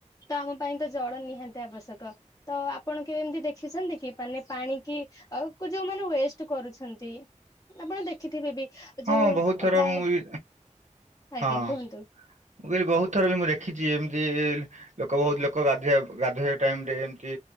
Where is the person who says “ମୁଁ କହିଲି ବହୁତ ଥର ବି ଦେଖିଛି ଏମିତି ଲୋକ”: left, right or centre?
Right